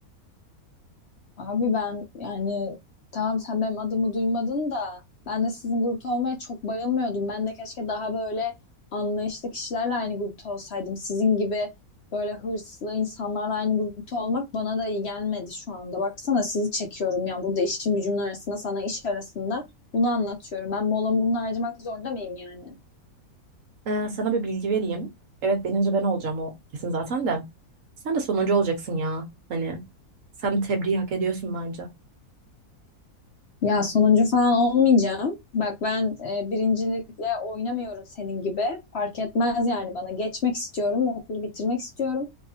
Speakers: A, on the left; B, on the right.
A: Abi ben yani tamam sen benim adımı duymadın da ben de sizin grupta olmaya çok bayılmıyordum. Ben de keşke daha böyle anlayışlı kişilerle aynı grupta olsaydım. Sizin gibi böyle hırslı insanlarla aynı grupta olmak bana da iyi gelmedi şu anda. Baksana sizi çekiyorum yani burada işim gücümün arasında sana iş arasında bunu anlatıyorum. Ben molamı bunu harcamak zorunda mıyım yani?
B: Ee, sana bir bilgi vereyim. Evet birinci ben olacağım o kesin zaten de. Sen de sonuncu olacaksın ya. Hani sen tebriği hak ediyorsun bence.
A: Ya sonuncu falan olmayacağım. Bak ben e, birincilikle oynamıyorum senin gibi. Fark etmez yani bana. Geçmek istiyorum, okulu bitirmek istiyorum.